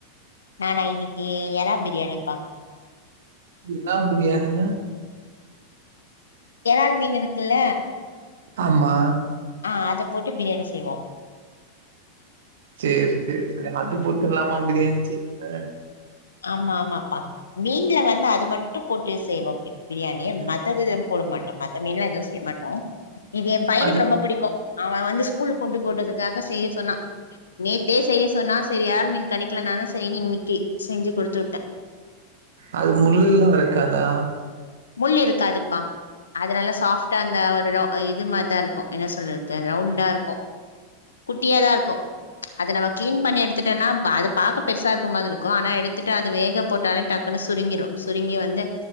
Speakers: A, on the left (about 70°); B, on the right (about 60°).
A: நானா இன்னிக்கி எரா பிரியாணி
B: எரா பிரியாணினா
A: எறால் மீனுருக்குல்ல
B: ஆமா
A: ஆ அத போட்டு பிரியாணி செய்வோ
B: சேர் செரி செரி எதுனா அள்ளி போட்டர்லாமா பிரியாணி செய்வீங்க
A: ஆமா ஆமாப்பா மீன்ல வந்து அது மட்டு போட்டு செய்வோ அப்டே பிரியாணி மத்தது எதுவு போட மாட்டோ மத்த மீன்லா எதுலா செய்ய மாட்டோ இது எ பையனுக்கு
B: அது
A: ரொம்ப புடிக்கு அவ வந்து ஸ்கூல்கு கொண்டு போறதுக்காக செய்ய சொன்னா நேத்தே செய்ய சொன்னா சேரி ஏரால் மீன் கெடைக்கலன் நா தா செய்னு இன்னிக்கி செஞ்சு குடுத்து உட்டே
B: அது முள்ளுலா இருக்காதா
A: முள்ளு இருக்காதுப்பா அதுனல்லா சாப்ட்டா இந்த ஒரு ரவு அ இது மாதிரிதாருக்கு என்ன சொல்றதுக்கு ரவுண்டாருக்கு குட்டியாதாருக்கு அது நம்ம கிளீன் பண்ணி எடுத்துட்டோனா அது பாக்க பெருசாருக்க மாரி இருக்கு ஆனா எடுத்துட்டு அது வேக போட்டாலே டக்குன் ன்னு சுருங்கிரும் சுருங்கி வந்து